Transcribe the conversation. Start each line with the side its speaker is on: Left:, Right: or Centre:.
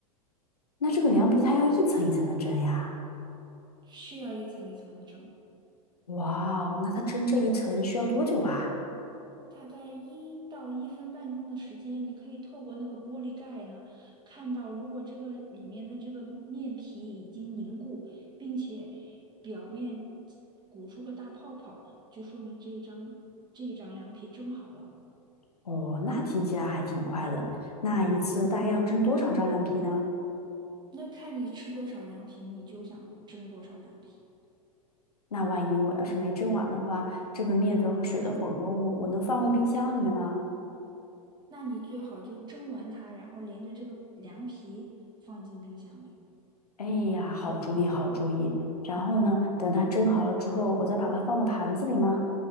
Left: 那这个凉皮它要一层一层的蒸呀。
Right: 是要一层一层的蒸。
Left: 哇哦，那它蒸这一层需要多久啊？
Right: 大概一到一分半钟的时间，你可以透过那个玻璃盖呢，看到如果这个里面的这个面皮已经凝固，并且表面鼓出个大泡泡，就说明这一张这一张凉皮蒸好了。
Left: 哦，那听起来还挺快的。那一次大概要蒸多少张凉皮呢？
Right: 那看你吃多少凉皮，你就想蒸多少凉皮。
Left: 那万一我要是没蒸完的话，这个面粉和水的混合物我能放回冰箱里面吗？
Right: 那你最好就蒸完它，然后连着这个凉皮放进冰箱里。
Left: 哎呀，好主意，好主意。然后呢，等它蒸好了之后，我再把它放到盘子里吗？